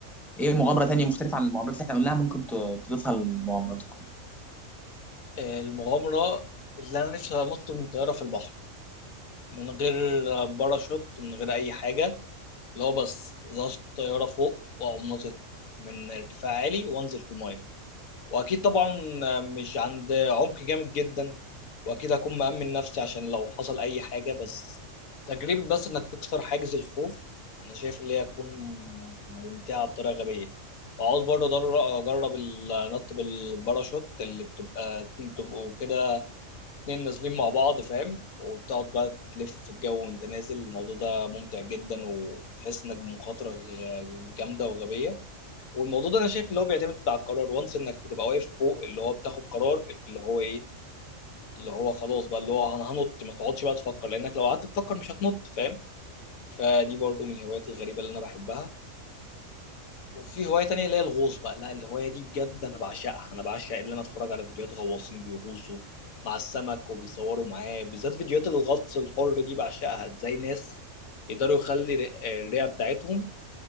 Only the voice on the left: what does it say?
آه، المغامره اللي انا نفسي انط من طياره في البحر من غير باراشوت من غير اي حاجه اللي هو بس ظبط طياره فوق واقوم ناطط من ارتفاع عالي وانزل في الميه واكيد طبعا مش عند عمق جامد جدا واكيد هكون مأمن نفسي عشان لو حصل اي حاجة بس تجربة بس انك تكسر حاجز الخوف انا شايف اللي هي هتكون ممتعة بطريقة غبية وعاوز برضه أدر- اجرب النط بالباراشوت اللي بتبقى اتنين- بتبقوا كده اتنين نازلين مع بعض فاهم وبتقعد بقى تلف في الجو وانت نازل الموضوع ده ممتع جدا وتحس انك بمخاطرة غ- جامدة وغبية والموضوع ده انا شايف اللي هو بيعتمد على القرار وانس انك بتبقى واقف فوق اللي هو بتاخد قرار اللي هو ايه اللي هو خلاص بقى اللي هو انا هنط ما تقعدش بقى تفكر لانك لو قعدت تفكر مش هتنط فاهم فدي برضو من الهوايات الغريبة اللي انا بحبها وفي هواية تانية اللي هي الغوص بقى لا الهواية دي بجد انا بعشقها انا بعشق اللي انا اتفرج على فيديوهات غواصين بيغوصوا مع السمك وبيصوروا معاه بالذات فيديوهات الغطس الحر دي بعشقها ازاي ناس يقدروا يخلي الرئة بتاعتهم